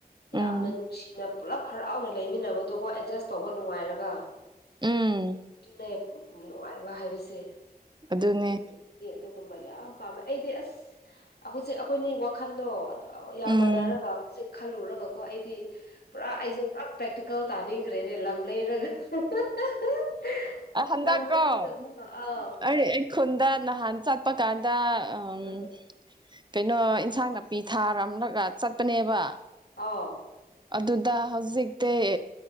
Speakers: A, on the left; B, on the right.
A: ꯌꯥꯝꯅ
B: ꯎꯝ
A: ꯅꯨꯡꯁꯤꯅ ꯄꯨꯂꯞ ꯍꯔꯥꯎꯅ ꯂꯩꯃꯤꯟꯅꯕꯗꯨꯒꯣ ꯑꯦꯗꯖꯁ ꯇꯧꯕ ꯅꯨꯡꯉꯥꯏꯔꯒ
B: ꯎꯝ
A: ꯑꯗꯨꯅꯦ ꯅꯨꯡꯉꯥꯏꯕ ꯍꯥꯏꯕꯁꯦ
B: ꯑꯗꯨꯅꯦ
A: <unintelligible> ꯑꯗꯨꯛ ꯗꯨꯨꯝꯕ ꯌꯥꯝ ꯄꯥꯝꯃꯦ ꯑꯩꯗꯤ ꯑꯁ ꯍꯧꯖꯤꯛ ꯑꯩꯈꯣꯏꯅꯤ ꯋꯥꯈꯟꯗꯣ ꯌꯥꯝ
B: ꯎꯝ
A: ꯃꯥꯟꯅꯔꯒ ꯍꯧꯖꯤꯛ ꯈꯜꯂꯨꯔꯒ ꯀꯣ ꯑꯩꯗꯤ ꯄꯨꯔꯥ ꯑꯩꯁꯦ ꯄꯨꯔꯥ ꯄ꯭ꯔꯦꯛꯇ ꯀꯥꯎ ꯇꯥꯅꯤꯡꯈ꯭ꯔꯦꯅꯦ ꯂꯝ ꯂꯩꯔꯒ <unintelligible>
B: ꯈꯨꯗ ꯀꫭꯎ
A: ꯂꯩꯔꯒ ꯑꯥꯎ
B: ꯑꯩ ꯈꯨꯨꯟꯗꯥ ꯅꯍꯥꯟ ꯆꯠꯄ ꯀꯥꯟꯗ ꯑꯝ
A: ꯎꯝ
B: ꯀꯩꯅꯣ ꯏꯟꯁꯥꯡ ꯅꯥꯄꯤ ꯊꯥꯔꯝꯂꯒ ꯆꯠꯄꯅꯦꯕ
A: ꯑꯧ
B: ꯑꯗꯨꯗ ꯍꯧꯖꯤꯛꯇꯤ